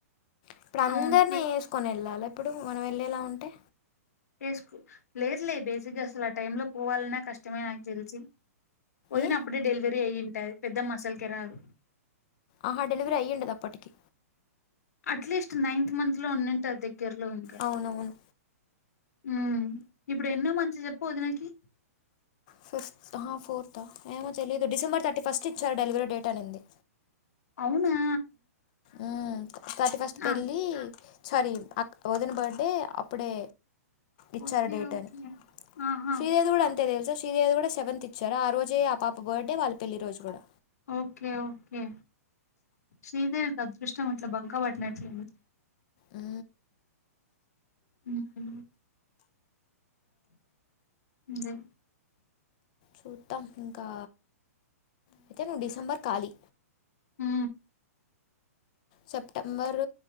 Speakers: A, on the left; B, on the left.
A: ఇప్పుడు అందరినీ
B: అవును
A: యేస్కోని వెళ్ళాలా ఇప్పుడు మనం వెళ్ళేలా ఉంటే.
B: తీస్కు లేదులే బేసిక్గా అసలు ఆ టైలో పోవాలన్నా కష్టమే నాకు తెలిసి. వదిన
A: ఏ
B: అప్పుడే డెలివరీ అయ్యింటది పెద్దమ్మా అస్లాకే రాదు
A: ఆహా డెలివరీ అయ్యండది అప్పటికి
B: అట్లీస్ట్ నైన్త్ మంత్లో ఉండంట ఆ దగ్గరలో ఇంకా
A: అవునవును
B: ఉ ఇప్పుడు ఎన్నో మంత్ చెప్పు వదినకి
A: ఫిఫ్త్ ఆహా ఫోర్త్ ఏమో తెలియదు డిసెంబర్ థర్టీ ఫస్ట్ ఇచ్చారు డెలివరీ డేట్ అనింది
B: అవునా
A: ఊ తథార్టీ ఫస్ట్ పెళ్ళి
B: ఆ
A: సారి వదిన బర్త్డే అప్పుడే ఇచ్చారు
B: ఓకే
A: డేట్
B: ఓకే
A: అని
B: ఆహా
A: శ్రీదేవి కూడా అంత అ తెలుస శ్రీదేవి కూడా సెవెంత్ ఇచ్చారు ఆ రోజే ఆ పాప బర్త్డ వాళ్ళ పెళ్లి రోజు కూడా
B: ఓకే ఓకే శ్రీదేవికి అదృష్టం అట్ల బంక పట్టినట్లుంది
A: ఉ
B: ఉహూ ఎంజాయ్
A: చూద్దాం ఇంకా అయితే నువ్వు డిసెంబర్ కాలి
B: ఉ
A: సెప్టెబర్